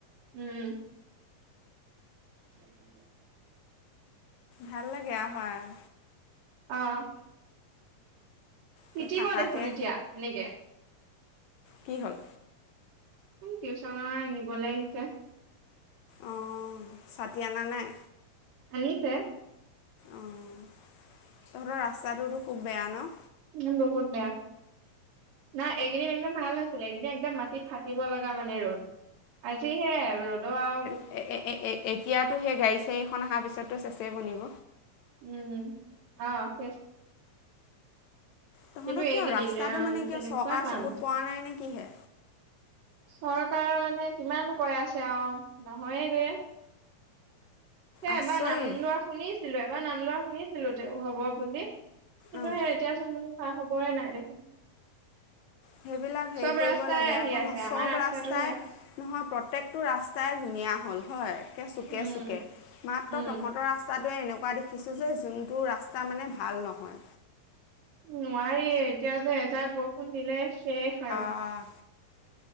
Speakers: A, on the right (about 70°); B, on the left (about 80°).
A: উম, <unintelligible>
B: ভাল লাগে আৰু হয়।
A: অঁ। তিতিব
B: তই থাকাকৈ
A: দেখোন এতিয়া এনেকে।
B: কি হ'ল?
A: টিউচনৰ নিবলে আহিছে।
B: অঁ ছাতি আনা নাই?
A: আনিছে।
B: অঁ তহঁতৰ ৰাস্তাটোতো খুব বেয়া ন?
A: উম বহুত বেয়া। নাই এইকেদিন একদম ভাল হৈছিলে এইকেদিন একদম মাটি ফাটিব লগা মানে ৰ'দ। আজিহে ৰ'দৰ আৰু
B: এই এই এতিয়াতো সেই গাড়ী চাড়ী এখন অহাৰ পিছততো চেচেই বনিব।
A: উম' অ চেছ।
B: তহঁতৰ
A: কিন্তু এইকেইদিন
B: কিয় ৰাস্তাটো
A: ৰাম
B: মানে কিয়
A: কেনেকুৱা
B: চৰকাৰৰ
A: টান।
B: চকুত পৰা নাই নে কিহে?
A: চৰকাৰৰে মানে কিমান কৈ আছে আৰু নহয়ে গৈয়ে। সেই
B: আচৰিত
A: এবাৰ নাম লোৱা শুনিছিলোঁ। এবাৰ নাম লোৱা শুনিছিলোঁ তে হব বুলি কিন্তু
B: অঁ
A: সেই এতিয়াচোন কোনো খা খবৰেই নাই দেখোন।
B: সেইবিলাক হেৰি
A: চব
B: কৰিব
A: ৰাস্তাই
B: লাগে
A: আহি
B: আক
A: আছে
B: ন চব
A: আমাৰ ৰাস্তাটোহে
B: ৰাস্তাই নহয় প্ৰত্যেকটো ৰাস্তাই ধুনীয়া হ'ল হয় চুকে
A: উম
B: চুকে মাত্ৰ
A: উম
B: তহঁতৰ তহঁতৰ ৰাস্তাটোৱে এনেকুৱা দেখিছোঁ যে যোনটো ৰাস্তা মানে ভাল নহয়।
A: নোৱাৰিয়েই এতিয়া যে এজাক বৰষুণ দিলে শেষ আৰু।
B: অঁ।